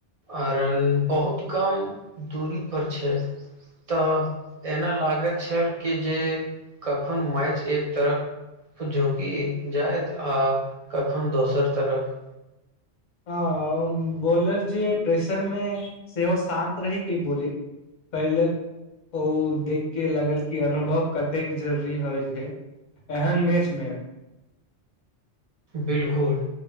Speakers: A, on the right; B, on the left.
A: आ रन बहुत कम दूरी पर छै तऽ एना लागैत छल कि जे कखन मैच एक तरफ झुकि जाइत आ कखन दोसर तरफ
B: आ बॉलर जे प्रेशर मे सेहो शान्त रहै कि बॉलिक कैले ओ देखके लागल कि अनुभव कतेक जरूरी होइ छै एहन मैच में
A: बिलकुल